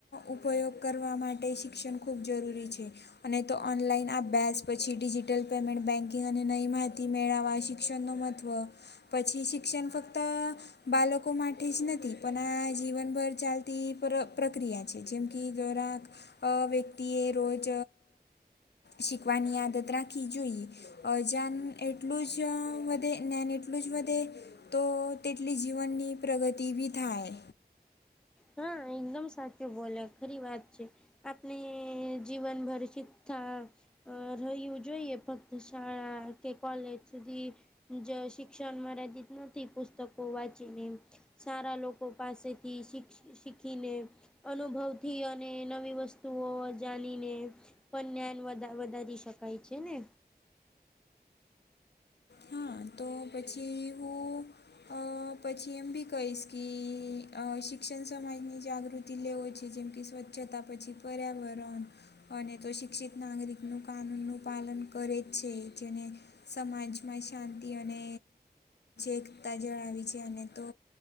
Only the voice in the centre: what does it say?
હા એકદમ સાચું બોલે ખરી વાત છે આપને જીવન. <unintelligible> અ રહ્યું જોઈએ ફક્ત શાળા કે કોલેજ સુધી જ શિક્ષણ મર્યાદિત નથી પુસ્તકો વાંચીને સારા લોકો પાસેથી શીખીને અનુભવથી અને નવી વસ્તુઓ જાણીને પણ જ્ઞાન વધારી શકાય છે ને.